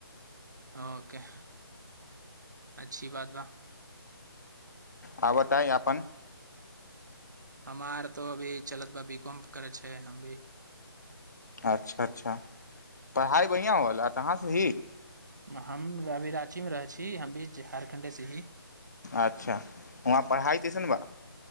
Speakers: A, on the right; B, on the left.
A: ओ के अच्छी बात बा
B: आ बताय अपन
A: हमार तो अभी चलत बा बी काॅम करत छैै हम भी
B: अच्छा अच्छा पढ़ाइ बढ़िआँ होल त कहाँसँ ही
A: हम अभि रांचीमे रहै छी हम भी झारखण्डेसँ ही
B: अच्छा उहां पढ़ाइ कैसन बा